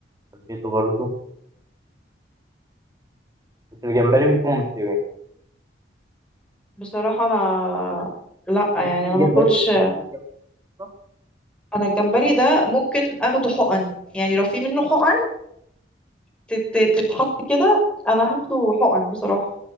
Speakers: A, on the right; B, in the centre.
A: حبيته برضه بس الجمبري بيكون مستوي
B: بصراحة انا لا
A: بتحب
B: يعني
A: الجمبري
B: انا ما اكلش
A: بتحب الجمبري أصلاً؟
B: انا الجمبري ده ممكن اخده حقن يعني لو في منه حقن تت- تتحط كده انا هاخده حقن بصراحة